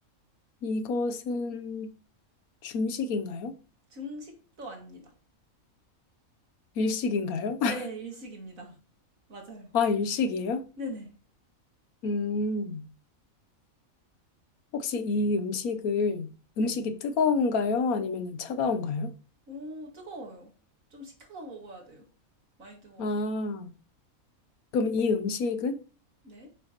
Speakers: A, on the left; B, on the right.
A: 이것은 중식인가요?
B: 중식도 아닙니다.
A: 일식인가요?
B: 네,
A: <laughs>
B: 일식입니다. 맞아요.
A: 아, 일식이에요?
B: 네네.
A: 음. 혹시 이 음식을,
B: 네.
A: 음식이 뜨거운가요? 아니면 차가운가요?
B: 오, 뜨거워요. 좀 식혀서 먹어야 돼요. 많이 뜨거워서.
A: 아, 그럼 이 음식은?
B: 네.